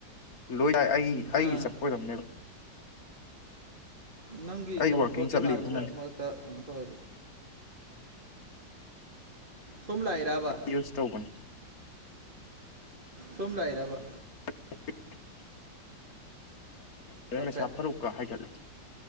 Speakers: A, on the left (about 55°); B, on the right (about 30°).
A: ꯂꯣꯏ ꯂ ꯑꯩ ꯑꯩꯒꯤ
B: ꯑꯥ
A: ꯆꯠꯄ ꯑꯣꯏꯔꯝꯅꯦꯕ
B: ꯅꯪꯒꯤ
A: ꯑꯩ
B: ꯆꯠꯄꯒꯤ
A: ꯋꯥꯛꯀꯤꯡ ꯆꯠꯂꯤꯕꯗꯨꯅꯅꯦ
B: ꯃꯥꯜꯂꯤ ꯃꯔꯛ ꯃꯔꯛꯇ ꯀꯩꯅꯣ ꯇꯧꯋꯂꯨ ꯁꯣꯝ ꯂꯥꯛꯏꯔꯕ
A: ꯌꯁ ꯇꯧꯕꯟ
B: ꯁꯣꯝ ꯂꯥꯏꯔꯕ
A: <unintelligible>
B: ꯆꯞꯄꯦ
A: ꯃꯩꯁꯥ ꯐꯔꯨꯛꯀ ꯍꯥꯏꯒꯠꯂ